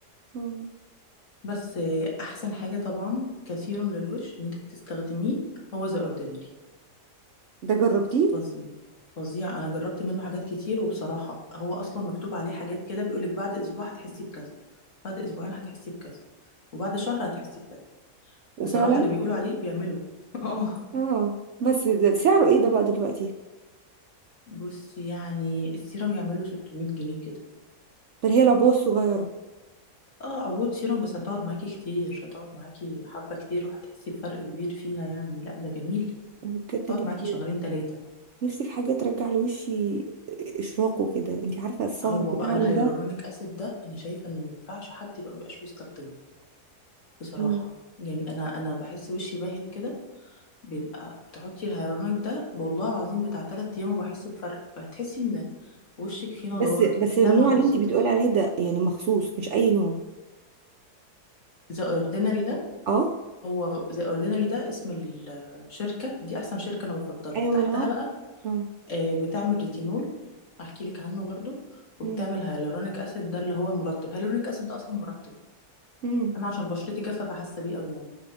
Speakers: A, on the right (about 60°); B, on the left (about 50°).
A: مم.
B: بس آه، احسن حاجه طبعا كسيروم للوش انك تستخدميه هو ذا اوردينري
A: ده جربتيه
B: فظيع فظيع انا جربت منه حاجات كتير وبصراحه هو اصلا مكتوب عليه حاجات كده بيقولك بعد اسبوع هتحسي بكذا بعد اسبوعين هتحسي بكذا وبعد شهر هتحسي بكذا
A: وفعلا
B: بصراحة اللي بيقولوا عليه بيعملوا <laughs> اه
A: اه بس ده سعره ايه ده بقى دلوقتي
B: بص يعني السيرم يعمل له 600 جنيه كده
A: ده اللي هي العبوه الصغيره
B: اه عروض سيرم بس هتقعد معاكي كتير هتقعد معاكي حبة كتير وهتحسي بفرق كبير فيها يعني لا ده جميل
A: أنا بجد
B: تقعد
A: نفسي
B: معاكي شهرين تلاتة
A: نفسي في حاجة ترجع لوشي إشراقه كده انتي عارفة السهر
B: هو
A: بتاعنا
B: بقى الهيالورونيك
A: ده
B: اسيد ده انا شايفة ان ما ينفعش حد يبقى مبيبقاش بيستخدمه بصراحة
A: مم.
B: يعني انا انا بحس وشي باهت كده بيبقى بتحطي الهيالورونيك ده والله العظيم بتاع تلات ايام وبحس بفرق هتحسي ان وشك فيه نضارة
A: بس
B: كده
A: بس
B: فيه
A: النوع
B: لمعة البسيطة
A: اللي انتي بتقولي
B: دي
A: عليه ده يعني مخصوص مش أي نوع
B: ذا اوردينري
A: اه
B: هو ذا اوردينري ده اسم الشركة دي أحسن شركة أنا بفضلها
A: أيوة
B: تحتها
A: ما أنا عارفة
B: بقى
A: اه
B: آه، بتعمل ريتينول هحكي لك عنه برضو وبتعمل
A: مم.
B: هيالورونيك أسيد ده اللي هو المرطب هيالورونيك أسيد ده أصلا مرطب
A: مم.
B: أنا عشان بشرتي جافة فحاسة بيه قوي يعني